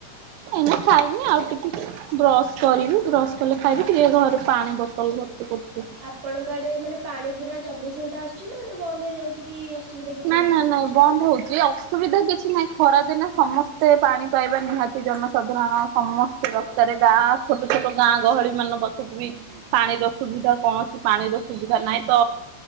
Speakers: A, on the right; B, on the right.
A: ଏଇନା ଖାଇନି ଆଉ ଟିକେ ବ୍ରସ କରିବି ବ୍ର ଗଲେ ଖାଇବି ଟିକେ ଘରେ ପାଣି ବୋତଲ ଭର୍ତ୍ତି କରୁଛି
B: ଆପଣଙ୍କଆଡେ ମାନେ ପାଣି ପୁରା ଚବିଶ ଘଣ୍ଟା ଆସୁଛି ନା ମାନେ ବନ୍ଦ ହେଇଯାଉଛି କି ଅସୁବିଧା କିଛି
A: ନା
B: ଅଛି।
A: ନା ନାଇଁ ବନ୍ଦ ହଉଛି ଅସୁବିଧା କିଛି ନାହିଁ ଖରାଦିନେ ସମସ୍ତେ ପାଣି ପାଇବା ନିହାତି ଜନସାଧାରଣ ସମସ୍ତେ ଦରକାରେ
B: ଆଜ୍ଞା
A: ଗାଁ ଛୋଟ ଛୋଟ ଗାଁ ଗହଳି ମାନ ପାଖକୁ ବି ପାଣିର ସୁବିଧା କୌଣସି ପାଣିର ସୁବିଧା ନାହିଁ ତ